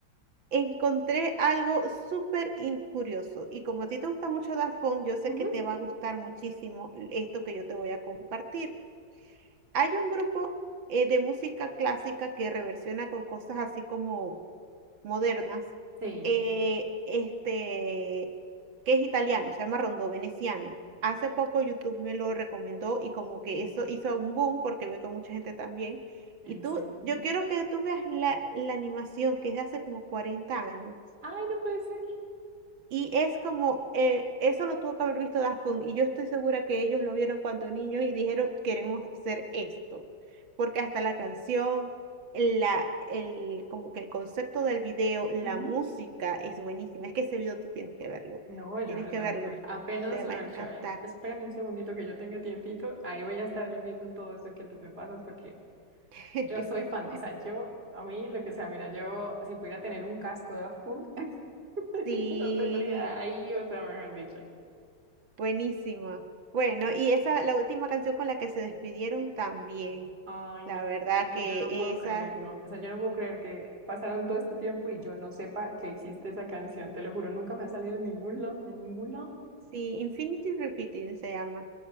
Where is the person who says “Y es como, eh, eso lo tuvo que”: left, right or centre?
Right